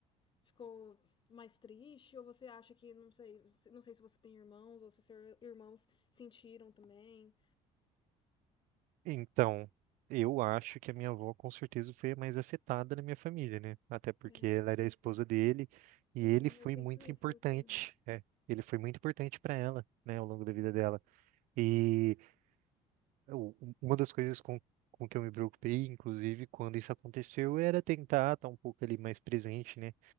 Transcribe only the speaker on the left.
ficou mais triste? Ou você acha que, não sei, você- não sei se você tem irmãos ou se seus irmãos sentiram também?
É,
sim,
eu penso
isso
também.